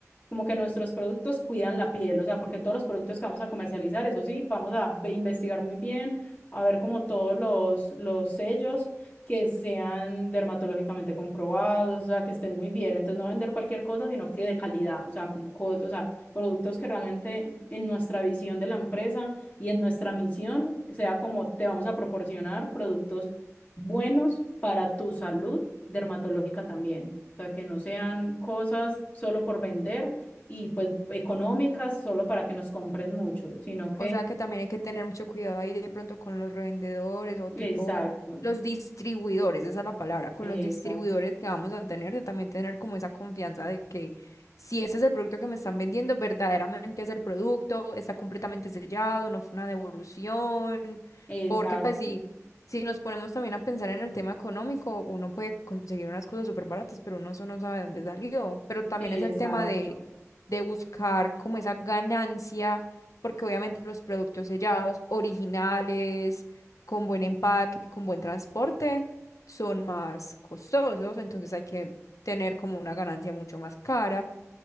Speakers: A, on the left; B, on the left.
A: como que nuestros productos cuidan la piel, o sea, porque todos los productos que vamos a comercializar, eso sí, vamos a investigar muy bien, a ver como todos los, los sellos que sean dermatológicamente comprobados, o sea, que estén muy bien, entonces no vender cualquier cosa, sino que de calidad, o sea, como cos- o sea, productos que realmente en nuestra visión de la empresa y en nuestra misión sea como te vamos a proporcionar productos buenos para tu salud dermatológica también. O sea, que no sean cosas solo por vender, y pues económicas solo para que nos compren mucho, sino que,
B: O sea que también hay que tener mucho cuidado ahí de pronto con los revendedores o tipo
A: exacto,
B: los distribuidores, esa es la palabra, con
A: exacto,
B: los distribuidores que vamos a tener, de también tener como esa confianza de que si ese es el producto que me están vendiendo, verdaderamente es el producto, está completamente sellado, no fue una devolución,
A: exacto,
B: porque pues sí si nos ponemos también a pensar en el tema económico, uno puede conseguir unas cosas súper baratas, pero uno eso no sabe de dónde salió, pero también
A: exacto.
B: es el tema de de buscar como esa ganancia porque obviamente los productos sellados, originales, con buen empaque, con buen transporte, son más costosos, entonces hay que tener como una ganancia mucho más cara.